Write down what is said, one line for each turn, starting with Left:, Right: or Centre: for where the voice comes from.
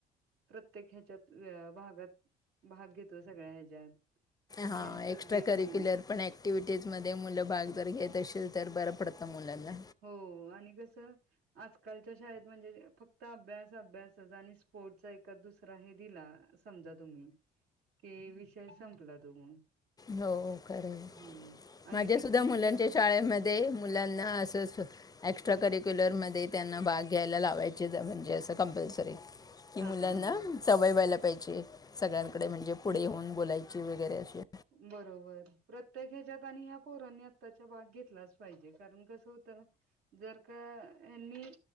Right: प्रत्येक ह्याच्यात भागात, भाग घेतो सगळ्या ह्याच्यात. कुठल्या
Left: हा,
Right: ह्याच्यात
Left: एक्स्ट्रा
Right: घेत
Left: करिक्युलर
Right: नाही
Left: पण ॲक्टिव्हटीजमध्ये मुलं भाग जर घेत असेल तर बरं पडतं मुलांना.
Right: हो आणि कसं आजकालच्या शाळेत म्हणजे, फक्त अभ्यास, अभ्यासच आणि स्पोर्टचा एखा दुसरा हे दिला. समजा तुम्ही की विषय संपला तो मग
Left: हो खरय
Right: हम्म आणि
Left: माझ्या
Right: टिफिनची
Left: सुद्धा मुलांच्या
Right: पण
Left: शाळेम ध्ये मुलांना असंचं हो एक्स्ट्रा करिक्युलरमध्ये त्यांना भाग घ्यायला लावायचे म्हणजे असं कंपल्सरी की
Right: हा
Left: मुलांना
Right: हा हा
Left: सवय व्हायला पायजे सगळ्यांकडे म्हणजे पुढे येऊन बोलायची वगैरे अशी
Right: बरोबर प्रत्येक ह्याच्यात आणि ह्या पोरांनी आ त्याचा भाग घेतलाच पायजे कारण कसं होतं ना जर का यांनी